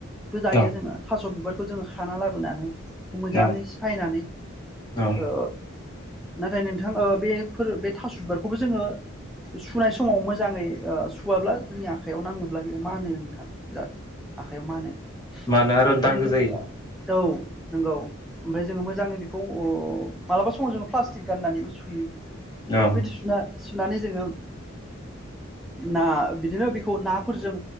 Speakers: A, in the centre; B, on the left (about 20°).
A: बो जायो
B: औ
A: जोङो थास' बिबारखौ जोङो खाना लाबोनानै मोजाङै
B: औ
A: सायनानै
B: औ
A: ओ नाथाय नोंथां ओ बेफोर बे थास' बिबारखौबो जोङो सु सुनाय समाव मोजाङै ओ सुवाब्ला जोंनि आखायाव नाङोब्ला बेयाव मा होनो नोंथां बिराद आखयाव मानो
B: मानो आरो
A: ओंखायनो
B: दागो
A: जोङो
B: जायो
A: औ नंगौ ओमफ्राय जोङो मोजाङै बेखौ उ मालाबा समाव जोङो प्लास्टिक गाननानैबो सुयो।
B: औ
A: बेबायदि सुना सुनानै जोङो
B: <inaudible>
A: ना बिदिनो बेखौ नाफोरजों